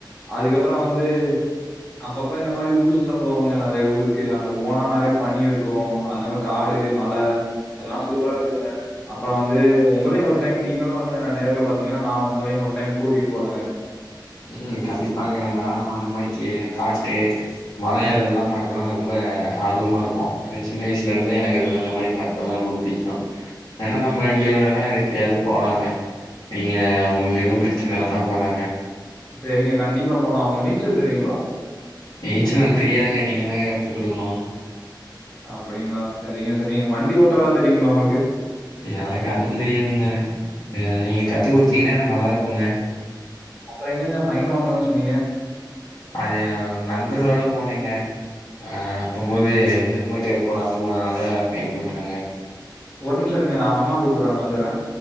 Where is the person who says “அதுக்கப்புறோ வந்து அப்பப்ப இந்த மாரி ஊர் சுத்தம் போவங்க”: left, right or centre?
Left